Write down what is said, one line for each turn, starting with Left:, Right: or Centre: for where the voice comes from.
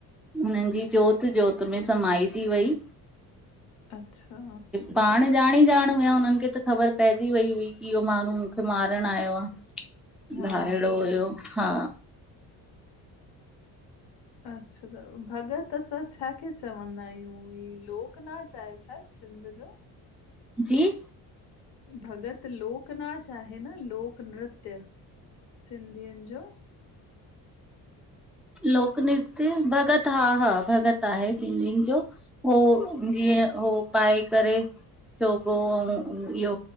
Centre: उन्हनि जी जोति जोति में समाइजी वेई।
Left: अच्छा?
Centre: पाण ॼाण ई ॼाण हुया हुननि खे त ख़बर पहिजी वई हुई की इहो माण्हू मूंखे मारण आयो आ।
Left: हा
Centre: बारिड़ो हुयो हा।
Left: अच्छा। त भॻत असां छा के चवंदा आहियूं? ही लोकनाच आहे छा हर सिंध जो?
Centre: जी?
Left: भॻत लोकनाच आहे। न लोक नृत्य सिंधियुनि जो?
Centre: लोक नृत्य भगत हा। हा। भगत आहे सिंधियुनि जो। हो जीअ हो पाए करे। चोको ऐं इहो